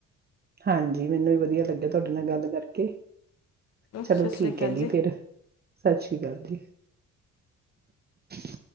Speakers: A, on the right; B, on the left.
A: ਹਾਂਜੀ ਮੈਨੂੰ ਵੀ ਵਧੀਆ ਲੱਗਿਆ ਤੁਹਾਡੇ ਨਾਲ ਗੱਲ। ਕਰਕੇ। ਚਲੋ
B: ਸਤਿ ਸ਼੍ਰੀ
A: ਠੀਕ
B: ਅਕਾਲ
A: ਹੈ ਜੀ ਫਿਰ ਸਤਿ ਸ੍ਰੀ ਅਕਾਲ ਜੀ। <inaudible>